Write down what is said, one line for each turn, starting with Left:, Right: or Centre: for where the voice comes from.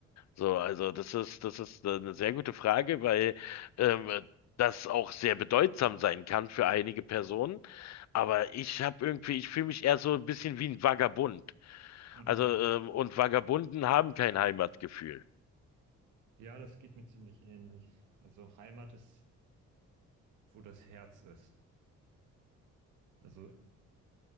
Left: So, also das ist, das ist eine sehr gute Frage, weil ähm, das auch sehr bedeutsam sein kann für einige Personen. Aber ich habe irgendwie, ich fühle mich eher so ein bisschen wie ein Vagabund.
Right: Mhm.
Left: Also, ähm, und Vagabunden haben kein Heimatgefühl.
Right: Ja, das geht mir ziemlich ähnlich. Also Heimat ist, wo das Herz ist. Also